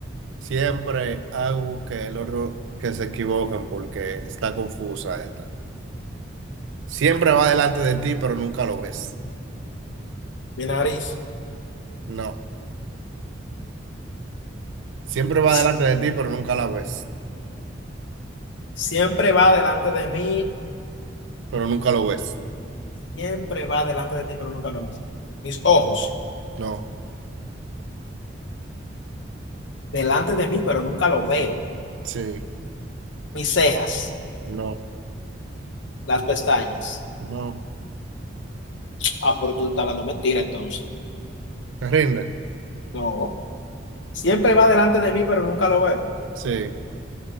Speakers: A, on the right (about 75°); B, on the left (about 70°).
A: siempre hago que el otro que se equivoquen porque está confusa esta. Siempre va delante de ti, pero nunca lo ves.
B: mi nariz
A: No. Siempre va
B: si-
A: delante de ti, pero nunca la ves.
B: siempre va delante de mí
A: Pero nunca lo ves.
B: Siempre va delante de ti, pero nunca lo ves. Mis ojos,
A: No.
B: delante de mí, pero nunca lo veo.
A: Sí.
B: Mis cejas,
A: No.
B: las pestañas.
A: No,
B: Ah, pero tú estás hablando mentira, entonces.
A: te rinde.
B: No. Siempre va delante de mí, pero nunca lo veo.
A: Sí,